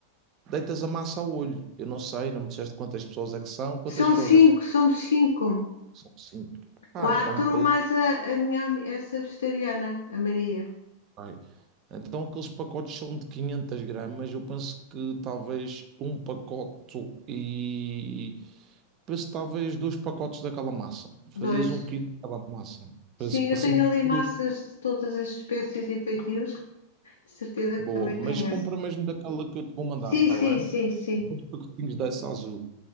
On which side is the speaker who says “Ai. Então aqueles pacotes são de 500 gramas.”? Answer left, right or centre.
Right